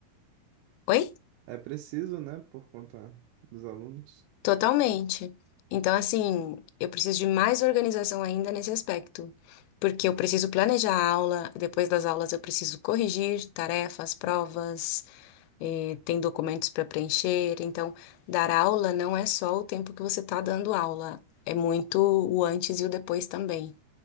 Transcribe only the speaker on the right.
é preciso, né, por conta dos alunos.